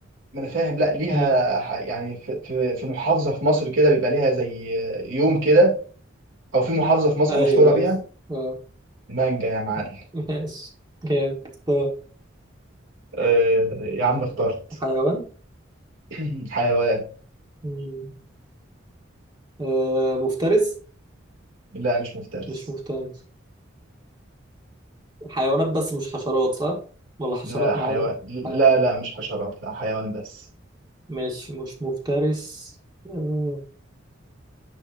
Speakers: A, on the right (about 80°); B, on the right (about 20°).
A: ما انا فاهم لا ليها
B: مم.
A: ح- يعني في في في محافظه في مصر كده بيبقى ليها زي آه، يوم كده او في محافظه في مصر
B: ايوه
A: مشهوره
B: ايوه
A: بيها
B: اه
A: مانجا يا معلم
B: <laughs> ماشي كام اختار
A: آه، يا عم اخترت
B: حيوان
A: <clears throat> حيوان
B: مم. آه مفترس
A: لا مش مفترس
B: مش مفترس حيوانات بس مش حشرات صح ولا حشرات
A: لا حيوان
B: معانا حيوان
A: لا لا مش حشرات لا حيوان بس
B: مش مش مفترس آه